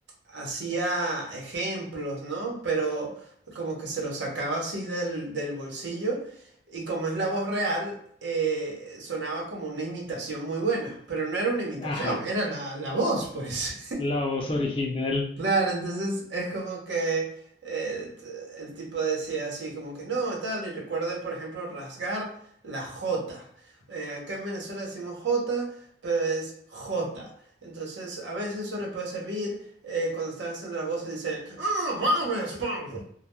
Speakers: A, on the right (about 85°); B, on the left (about 30°).
A: hacía ejemplos, ¿no? Pero como que se los sacaba así del, del bolsillo y como es la voz real, eh, sonaba como una imitación muy buena, pero no era una imitación,
B: ajá.
A: era la, la voz, pues.
B: La voz original.
A: Claro, entonces es como que eh, t- el tipo decía así, como que no, tal, y recuerden, por ejemplo, rasgar la J. Eh, acá en Venezuela decimos J, pero es J. Entonces, a veces eso le puede servir eh, cuando están haciendo las voces, dicen, ¡Ah, babes, pam".